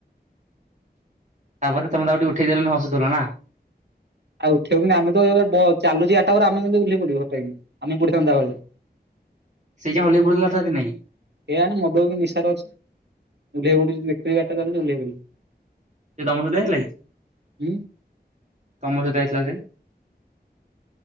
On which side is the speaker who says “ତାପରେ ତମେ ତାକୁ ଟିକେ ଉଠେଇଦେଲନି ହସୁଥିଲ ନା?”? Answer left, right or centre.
Right